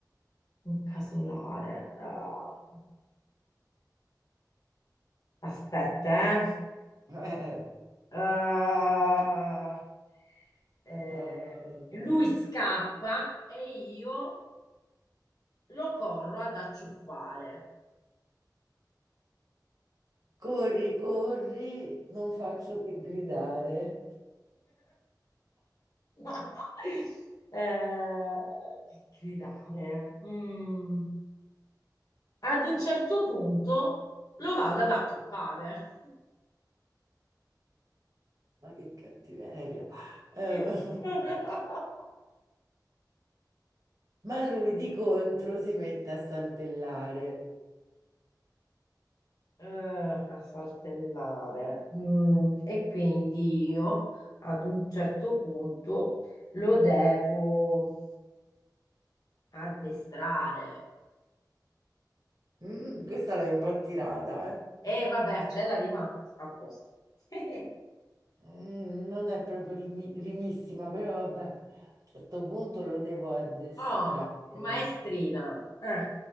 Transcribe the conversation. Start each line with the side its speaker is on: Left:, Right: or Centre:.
Left: un casolare. ah, aspetta, eh.
Right: <laughs>
Left: Ah, eh,
Right: Eh, eh.
Left: lui scappa e io lo corro ad acciuffare.
Right: Corri, corri, non faccio che gridare.
Left: <laughs> Ma, eh, che gridare. Mm. Ad un certo punto lo vado ad accoppare.
Right: Ma che cattiveria. Eh,
Left: <laughs>
Right: <laughs> ma lui di contro si mette a saltellare.
Left: Eh, a saltellare. Mm, e quindi io ad un certo punto lo devo addestrare.
Right: Mm, questa l'hai un po' tirata, eh?
Left: E vabbè, c'è la rima, sta a posto. <laughs>
Right: Mm, non è proprio rimi- rimissima, però vabbè, a un certo punto lo devo addestrare.
Left: Oh, maestrina. Eh.